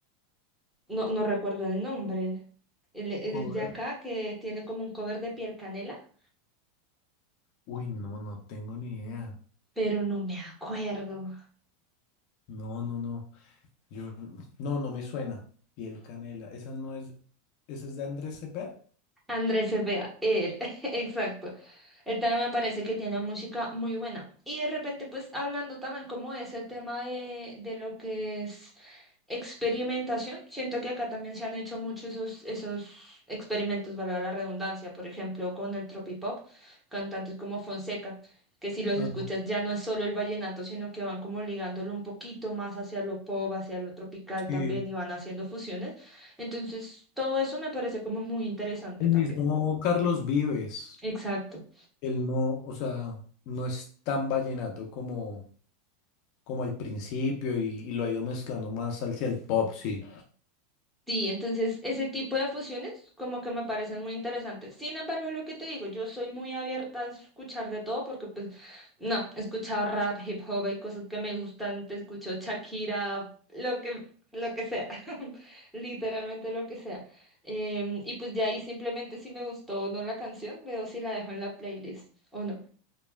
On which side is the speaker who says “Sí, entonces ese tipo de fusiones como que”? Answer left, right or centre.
Centre